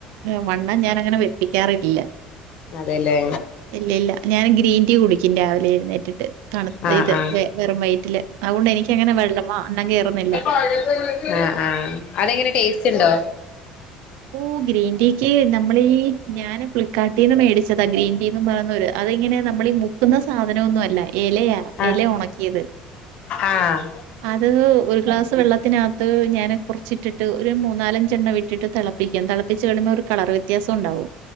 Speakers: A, on the right; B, on the left.
A: ഏഹ് വണ്ണം ഞാനങ്ങനെ വെപ്പിക്കാറില്ല
B: അതെല്ലേ
A: ഇല്ലില്ല ഞാൻ ഗ്രീൻ ടീ കുടിക്കും രാവിലെ എഴ്ന്നേറ്റിട്ട് തണ്ത്ത
B: ആ
A: ഇത്
B: ആ
A: വെ വെറും വയറ്റില് അതുകൊണ്ട് എനിക്കങ്ങനെ വെല്ല വ ണ്ണം കേറുന്നില്ല
B: <unintelligible> ആഹ് ആഹ് അതെങ്ങനെ ടേസ്റ്റ്ണ്ടോ
A: ഓഹ് ഗ്രീൻ ടീക്ക് നമ്മളീ ഞാന് ഫ്ലിപ്പ്കാർട്ടീന്ന് മേടിച്ചതാ ഗ്രീൻ ടീന്ന് പറയുന്നൊരു അത് ഇങ്ങനെ നമ്മളീ മുക്കുന്ന സാധനം ഒന്നും അല്ല എലയാ
B: ആഹ്
A: എല ഒണക്കിയത്
B: ആഹ്
A: അത് ഒരു ഗ്ലാസ് വെള്ളത്തിനാത്ത് ഞാൻ കൊർച്ചിട്ടിട്ട് ഒരു മൂന്നാലഞ്ചെണ്ണം ഇട്ടിട്ട് തെള പ്പിക്കാൻ തെളപ്പിച്ച് കളിമ്പോ ഒരു കളറ് വ്യത്യാസം ഒണ്ടാവും